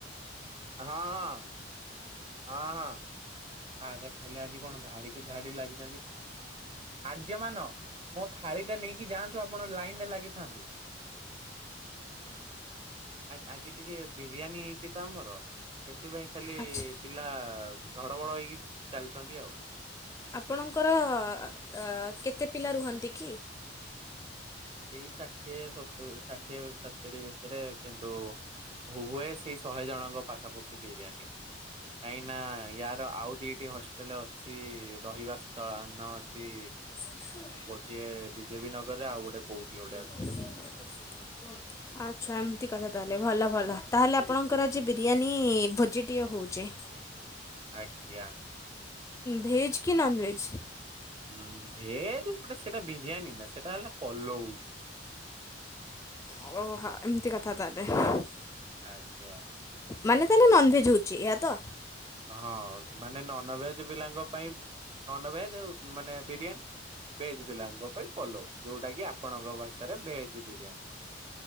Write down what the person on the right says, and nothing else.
ହଁ। ହଁ ହଁ। ଆଗେ ଖାଲି ଆଜି କଣ ଧାଡିିକୁ ଧାଡି ଲାଗିଛନ୍ତି। ଆର୍ଯ୍ୟମାନ ମୋ ଥାଳି ଟା ନେଇକି ଯାଆନ୍ତୁ ଆପଣ ଲାଇନରେ ଲାଗିଥାନ୍ତୁ। ଆ ଆଜି ଟିକେ ବିରିୟାନୀ ହେଇଛି ତ ଆମର ସେଥିପାଇଁ ଖାଲି
ପିଲା ଧଡ ବଡ ହେଇକି ଚାଲିଛନ୍ତି ଆଉ।
ସେଇ ଷାଠିଏ ସତୁ ଷାଠିଏ ସତୁରି ଭିତରେ କିନ୍ତୁ ହୁଏ ସେଇ ଶହେ ଜଣଙ୍କ ପାଖାପୁଖି ବିରିୟାନୀ। କାହିଁକି ନା ୟାର ଆଉ ଦିଟି ହଷ୍ଟେଲ ଅଛି ରହିବା ସ୍ଥଳ ନ ଅଛି
ଟିଏ ବିଜେପି ନଗରରେ ଆଉ ଗୋଟେ
କୋଉଠି ଗୋଟେ
ଅଛି
ଆଜ୍ଞା।
ହୁଁ। ଭେଜ ଗୋଟେ ସେଟା ବିରିୟାନୀ ନା ସେଟା ହେଲା ପଲଉ।
ଆଜ୍ଞା।
ହଁ। ମାନେ ନନଭେଜ୍ ପିଲାଙ୍କ ପାଇଁ ନନଭେଜ୍ ମାନେ ବିରିୟାନୀ। ଭେଜ ପିଲାଙ୍କ ପାଇଁ ପଲଉ। ଯୋଉଟା କି ଆପଣଙ୍କ ଭାଷାରେ ଭେଜ ବିରିୟାନୀ।